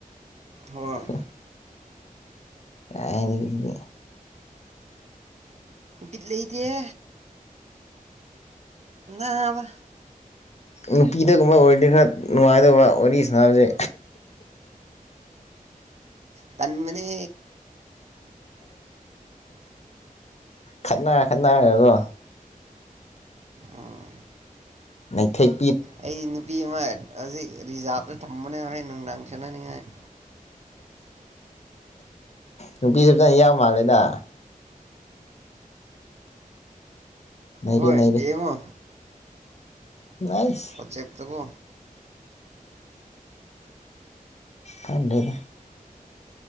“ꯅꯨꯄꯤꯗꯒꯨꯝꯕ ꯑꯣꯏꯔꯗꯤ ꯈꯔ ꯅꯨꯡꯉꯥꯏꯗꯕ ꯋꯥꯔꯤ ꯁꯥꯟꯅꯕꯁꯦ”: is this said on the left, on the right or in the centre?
Left